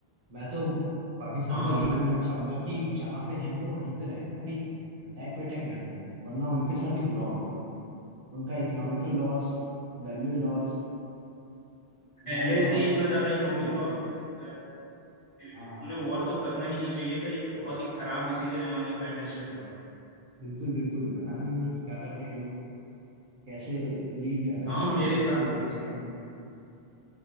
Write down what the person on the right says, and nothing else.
मैं तो पाकिस्तान
को यही बोलना चाहूंगा कि जहाँ पे हैं वो वहीं पे रहें अभी अटैक वटैक ना करें वरना उनके साथ ही बुरा होगा फिर उनका economical loss value loss
land loss
सब हो जाएगा
हाँ
हाँ
बिल्कुल बिल्कुल पता नहीं उन्होंने क्या कर रहे हैं ये लोग कैसे लीड कर रहे हैं
पाकिस्तान
को कोई भरोसा ही नहीं है